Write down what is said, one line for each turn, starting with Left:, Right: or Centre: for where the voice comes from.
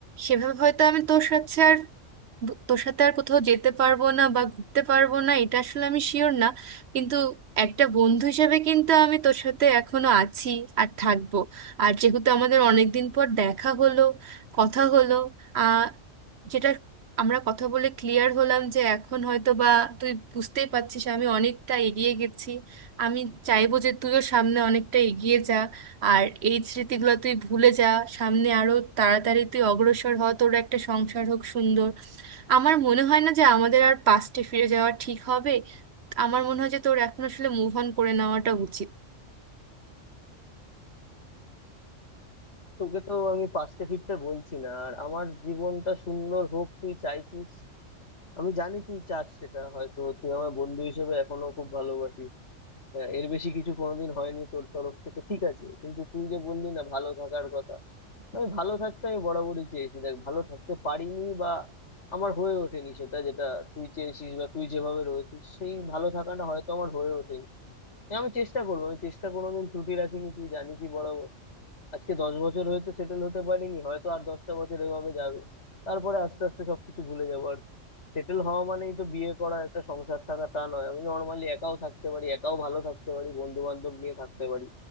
Right: সেভাবে হয়তো আমি তোর সাথে আর দু- তোর সাথে আর কোথাও যেতে পারবো না বা ঘুরতে পারবো না এটা আসলে আমি শিওর না কিন্তু একটা বন্ধু হিসেবে কিন্তু আমি তোর সাথে এখনো আছি আর থাকবো আর যেহেতু আমাদের অনেক দিন পর দেখা হলো কথা হলো আহ যেটা আমরা কথা বলে ক্লিয়ার হলাম যে এখন হয়তো বা তুই বুঝতেই পারছিস আমি অনেকটা এগিয়ে গেছি আমি চাইবো যে তুইও সামনে অনেকটা এগিয়ে যা আর এই স্মৃতিগুলো তুই ভুলে যা সামনে আরো তাড়াতাড়ি তুই অগ্রসর হ তোর একটা সংসার হোক সুন্দর আমার মনে হয় না যে আমাদের আর পাস্টে ফিরে যাওয়া ঠিক হবে আমার মনে হয় যে তোর এখন আসলে মুভ অন করে নেওয়াটা উচিত
Left: তোকে তো আমি পাশতে ফিরতে বলছি না আর আমার জীবনটা সুন্দর হোক তুই চাইছিস আমি জানি তুই চাস সেটা হয়তো তুই আমার বন্ধু হিসেবে এখনো খুব ভালোবাসিস হ্যাঁ, এর বেশি কিছু কোনোদিন হয়নি তোর তরফ থেকে ঠিক আছে কিন্তু তুই যে বললি না ভালো থাকার কথা আমি ভালো থাকতে আমি বরাবরই চেয়েছি দেখ ভালো থাকতে পারিনি বা আমার হয়ে ওঠেনি সেটা যেটা তুই চেয়েছিস বা তুই যেভাবে রয়েছিস সেই ভালো থাকাটা হয়তো আমার হয়ে ওঠেনি আমি চেষ্টা করবো আমি চেষ্টা কোনোদিন ত্রুটি রাখিনি তুই জানিসই বরাবর আজকে দশ বছর হয়েছে সেটেল হতে পারিনি হয়তো আর দশটা বছর এভাবে যাবে তারপরে আস্তে আস্তে সবকিছু ভুলে যাবো আর সেটেল হওয়া মানেই তো বিয়ে করা একটা সংসার থাকা তা নয় আমি নর্মালি একাও থাকতে পারি একাও ভালো থাকতে পারি বন্ধু বান্ধব নিয়ে থাকতে পারি